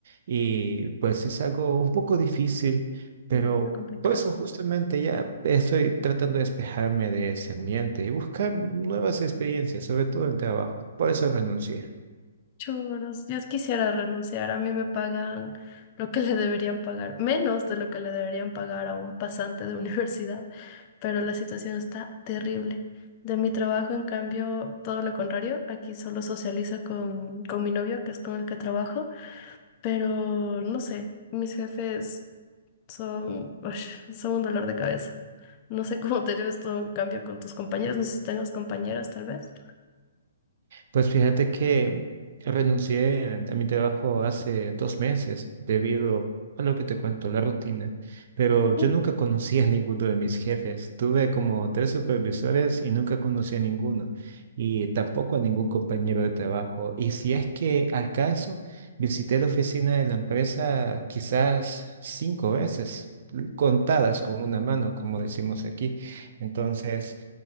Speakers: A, on the right (about 55°); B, on the left (about 40°).
A: y pues es algo un poco difícil, pero...
B: Mm, Está complicado.
A: Por eso justamente ya estoy tratando de despejarme de ese ambiente y buscar nuevas experiencias, sobre todo en trabajo. Por eso renuncié.
B: Choros, yo quisiera renunciar, a mí me pagan lo que le deberían pagar, menos de lo que le deberían pagar a un pasante de <laughs> universidad, pero la situación está terrible. De mi trabajo, en cambio, todo lo contrario, aquí solo socializo con, con mi novio, que es con el que trabajo, pero no sé, mis jefes son, <laughs> ush, son un dolor de cabeza. No sé cómo te lleves tú en cambio con tus compañeros, no sé si tengas compañeras tal vez.
A: Pues fíjate que renuncié a mi trabajo hace dos meses debido a lo que te cuento, la rutina, pero
B: Ujú.
A: yo nunca conocí a ninguno de mis jefes. Tuve como tres supervisores y nunca conocí a ninguno y tampoco a ningún compañero de trabajo. Y si es que al caso, visité la oficina de la empresa quizás cinco veces, contadas con una mano, como decimos aquí. Entonces...